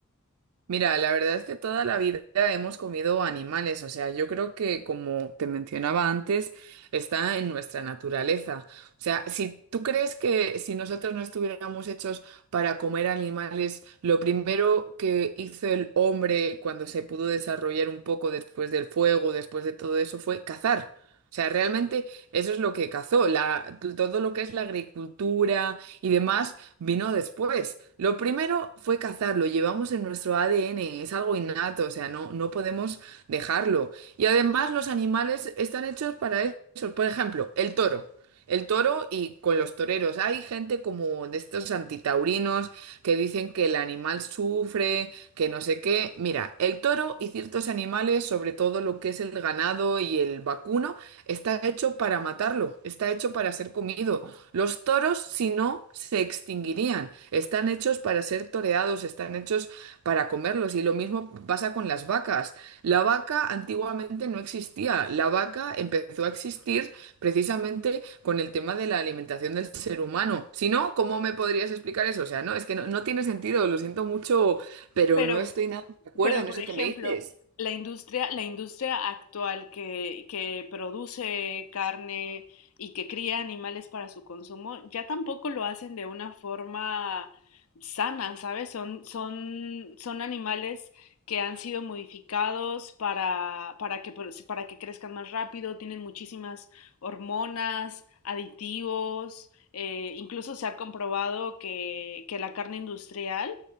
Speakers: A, on the right; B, on the left.
A: Mira, la verdad es que toda la vida hemos comido animales, o sea, yo creo que como te mencionaba antes, está en nuestra naturaleza. O sea, si tú crees que si nosotros no estuviéramos hechos para comer animales, lo primero que hizo el hombre cuando se pudo desarrollar un poco después del fuego, después de todo eso, fue cazar. O sea, realmente eso es lo que cazó, la, todo lo que es la agricultura y demás vino después. Lo primero fue cazar, lo llevamos en nuestro ADN, es algo innato, o sea, no, no podemos dejarlo. Y además los animales están hechos para eso. Por ejemplo, el toro. El toro y con los toreros. Hay gente como de estos antitaurinos que dicen que el animal sufre, que no sé qué. Mira, el toro y ciertos animales, sobre todo lo que es el ganado y el vacuno, está hecho para matarlo, está hecho para ser comido. Los toros, si no, se extinguirían distinguirían. Están hechos para ser toreados, están hechos para comerlos. Y lo mismo pasa con las vacas. La vaca antiguamente no existía. La vaca empezó a existir precisamente con el tema de la alimentación del ser humano. Si no, ¿cómo me podrías explicar eso? O sea, no, es que no, no tiene sentido, lo siento mucho, pero
B: Pero
A: no estoy nada de acuerdo
B: Pero,
A: en
B: por
A: eso
B: ejemplo,
A: que me dices.
B: la industria, la industria actual que, que produce carne y que cría animales para su consumo, ya tampoco lo hacen de una forma sana, ¿sabes? Son, son, son animales que han sido modificados para, para que, pro- para que crezcan más rápido, tienen muchísimas hormonas, aditivos, eh, incluso se ha comprobado que, que la carne industrial